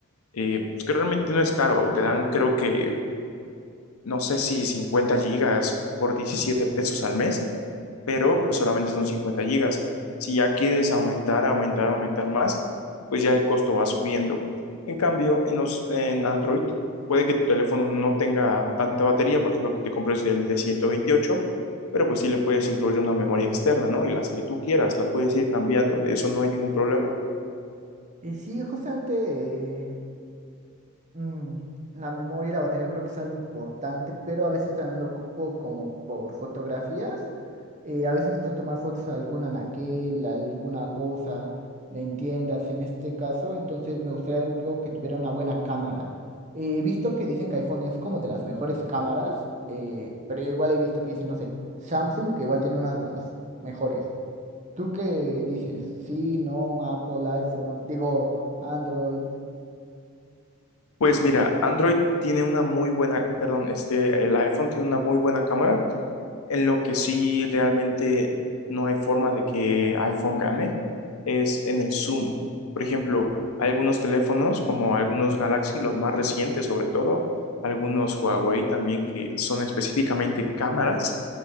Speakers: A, on the left; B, on the right.
A: eh, pues que realmente no es caro. Te dan, creo que, no sé si 50 gigas por 17 pesos al mes pero pues solamente son 50 gigas. Si ya quieres aumentar, aumentar, aumentar más, pues ya el costo va subiendo. En cambio, en los, en Android, puede que tu teléfono no tenga tanta batería, por ejemplo, que te compres el de ciento veintiocho. pero pues sí le puedes incluir una memoria externa, ¿no? Y las que tú quieras, la puedes ir cambiando, de eso no hay ningún problema.
B: Y sí, justamente eh, mm, la memoria y la batería creo que es algo importante, pero a veces también lo ocupo como por fotografías. eh, a veces to- tomar fotos a algún anaquel, a alguna cosa, de en tiendas en este caso, entonces me gustaría algo que tuviera una buena cámara. Eh, He visto que dicen que iPhone es como de las mejores cámaras, eh, pero igual he visto que dicen, no sé, Samsung, que igual tiene una de las mejores. ¿Tú qué dices? Sí, no, Apple, iPhone, digo... Android.
A: Pues mira, Android tiene una muy buena, perdón, este, el iPhone tiene una muy buena cámara, en lo que sí realmente no hay forma de que iPhone gane, es en el zoom. Por ejemplo, hay algunos teléfonos, como algunos Galaxy, los más recientes sobre todo, algunos Huawei también, que son específicamente cámaras